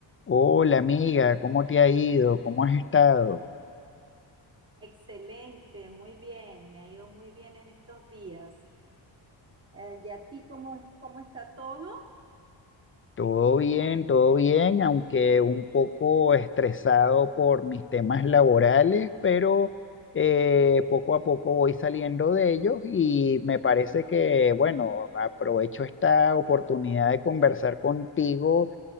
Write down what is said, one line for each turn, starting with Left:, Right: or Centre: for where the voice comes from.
Left: Hola amiga, ¿cómo te ha ido? ¿Cómo has estado?
Right: Excelente, muy bien, me ha ido muy bien en estos días. Eh, ¿y a ti cómo, cómo está todo?
Left: Todo bien, todo bien, aunque un poco estresado por mis temas laborales, pero eh, poco a poco voy saliendo de ellos y me parece que, bueno, aprovecho esta oportunidad de conversar contigo